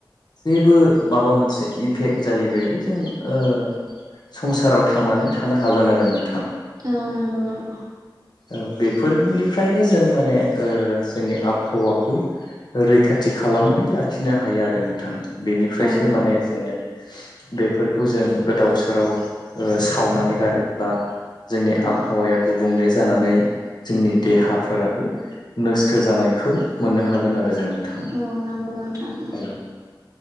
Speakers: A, on the left; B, on the right.
A: जेबो माबा मोनसे इफेक्ट जायैबायदि जों ओ संसाराव थांनानै थानो हागोन आरो नों
B: औ नंगौ-नंगौ।
A: औ बेफोरनिफ्रायनो जों माने ओ जोंनि आबहावाखौ। रैखाथि खालामनानै लाखिनो हायो आरो नोंथां। बेनिफ्रायसो
B: औ नंगौ
A: माने जोङो बेफोरखौ जों गोदाव सोराव ओ सावनानै गारोब्ला जोंनि आबहावाया
B: औ
A: गुबुंले जानानै जोंनि देहाफोराबो नोस्थ' जानायखौ मोननो हागोन आरो जोङो। थां
B: औ नंगौ नोंथां
A: औ